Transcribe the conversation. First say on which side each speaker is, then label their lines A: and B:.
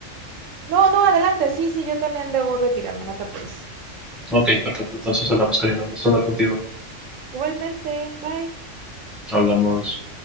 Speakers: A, on the right (about 75°); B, in the centre.
A: No, no, adelante, sí, sí, yo también debo retirarme, no te apures.
B: Ok, perfecto. Entonces hablamos, Karina. Un gusto hablar contigo.
A: Igualmente, bye.
B: Hablamos.